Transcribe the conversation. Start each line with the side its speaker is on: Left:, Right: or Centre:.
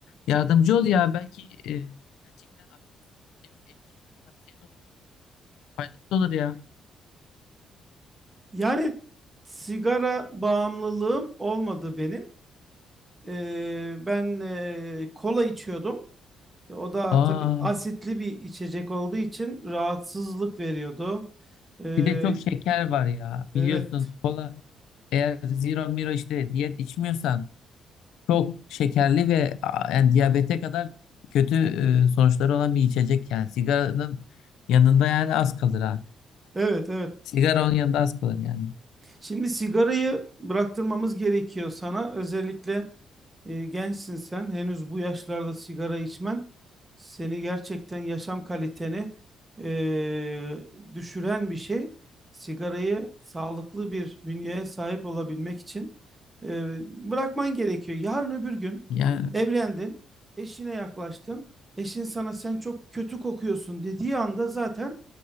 Left: yardımcı ol ya. Belki e, gerçekten aktif bir etkili tavsiyen olur. Faydası olur ya.
Right: Yani sigara bağımlılığım olmadı benim. Ee, ben e, kola içiyordum. O da
Left: Aa,
Right: tabii asitli bir içecek olduğu için rahatsızlık veriyordu. Ee,
Left: bir de çok şeker var ya.
Right: evet,
Left: Biliyorsun kola eğer zero miro işte diyet içmiyorsan çok şekerli ve a, yani diyabete kadar kötü e, sonuçları olan bir içecek yani. Sigaranın yanında yani az kalır ha.
Right: evet, evet.
Left: Sigara onun yanında az kalır yani.
Right: Şimdi sigarayı bıraktırmamız gerekiyor sana. Özellikle E, gençsin sen. Henüz bu yaşlarda sigara içmen seni gerçekten yaşam kaliteni e, düşüren bir şey. Sigarayı sağlıklı bir bünyeye sahip olabilmek için e, bırakman gerekiyor. Yarın öbür gün
Left: Ya
Right: evlendin, eşine yaklaştın. Eşin sana sen çok kötü kokuyorsun dediği anda zaten